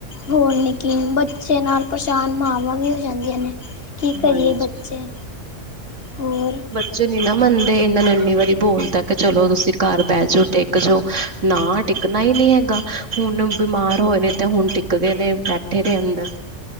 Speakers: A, on the left; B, on the right.
A: ਹੋਰ ਨੇ ਕੀ ਬੱਚੇ ਨਾਲ ਪਰੇਸ਼ਾਨ ਮਾਵਾਂ ਵੀ ਹੋ ਜਾਂਦੀਆਂ ਨੇ। ਕੀ ਕਰੀਏ
B: ਹਾਂਜੀ।
A: ਬੱਚੇ। ਹੋਰ
B: ਬੱਚੇ ਨੀ ਨਾ ਮੰਨਦੇ ਇਨਾ ਨੂੰ ਇੰਨੀ ਵਾਰੀ ਬੋਲਤਾ ਕਿ ਚਲੋ ਤੁਸੀਂ ਘਰ ਬਹਿ ਜਾਓ, ਟਿਕ ਜਾਓ। ਨਾ। ਟਿਕਣਾ ਹੀ ਨਹੀ ਹੈਗਾ ਹੁਣ ਬਿਮਾਰ ਹੋਏ ਨੇ ਤੇ ਹੁਣ ਟਿਕ ਗਏ ਨੇ ਬੈਠੇ ਦੇ ਅੰਦਰ।